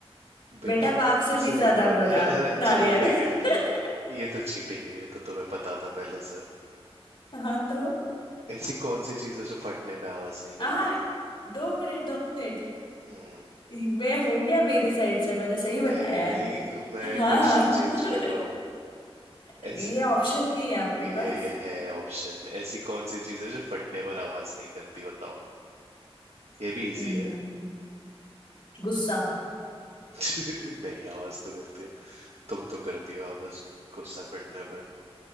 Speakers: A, on the left (about 60°); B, on the right (about 80°).
A: बेटा
B: बेटा
A: बाप से
B: से
A: भी
B: भी
A: ज्यादा
B: गौर
A: गोरा
B: <laughs> अरे चलो
A: नारियल
B: ठीक
A: <laughs>
B: है ये तो चीटिंग है ये तो तुम्हें पता था पहले से
A: हाँ तो
B: ऐसी कौन सी चीज़ है जो फटने पे आवाज नहीं
A: हाँ
B: करती
A: दो मिनट दो मिनट
B: हम्म
A: मैं हो गया मेरी साइड से मैंने सही बताया
B: नहीं
A: है
B: नहीं मैं
A: हाँ
B: क्वेश्चन
A: <laughs>
B: चेंज कर रहा हूँ
A: ये
B: ऐसे
A: ऑप्शन नहीं है आपके
B: ये
A: पास
B: ये है ऑप्शन ऐसी कौन सी चीज़ है जो फटने पर आवाज नहीं करती बताओ ये भी इजी
A: हम्म,
B: है
A: गुस्सा <laughs>
B: <laughs> नहीं आवाज तो करती हो तुम तो करती हो आवाज गुस्सा फटने पर